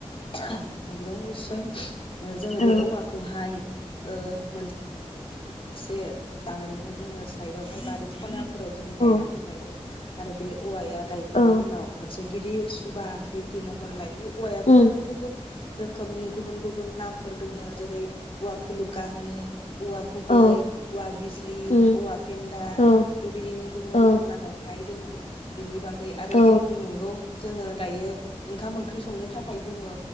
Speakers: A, on the left (about 50°); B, on the left (about 85°).
A: <unintelligible> नंगौ निस्सय ओ जोङो
B: औ
A: बे औवाखौहाय ओ मोन से लानानैहाय जोङो साइदावहाय बारि ख'नाफोराव जोङो
B: औ
A: गायनानै लायो। आरो बे औवाया गायखांनायनि
B: औ
A: उनाव मोनस गिदिर सुबा बेबायदि महर लायो। औवायाबो
B: उम
A: गुबुन गुबुन रोखोमनि गुबुन गुबुन नामफोर दोङो। जेरै औवा फुलुका होनो औवा गुबै
B: औ
A: औवा बिजलि
B: उम
A: औवा फेन्दा
B: औ
A: बेबायदिनो गुबुन
B: औ
A: गुबुन नामावहाय दोङो बिनि बा गै आरो
B: औ
A: जिहेतु नंगौ। जोङो दायो ओंखाम ओंख्रि संनो थाखाय जोङो